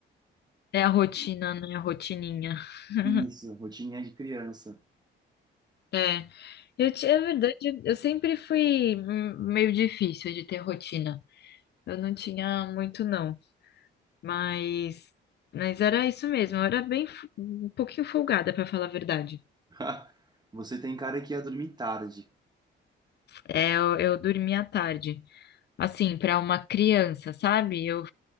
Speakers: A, on the left; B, on the right.
A: É a rotina, né? A rotininha. <laughs>
B: Isso, rotininha de criança.
A: É. Eu, ti- é verdade, eu sempre fui hum, meio difícil de ter rotina. Eu não tinha muito, não. Mas, mas era isso mesmo. Eu era bem fu- um pouquinho folgada, pra falar a verdade.
B: <laughs> Você tem cara que ia dormir tarde.
A: É, eu, eu dormia à tarde, assim, pra uma criança, sabe? Eu,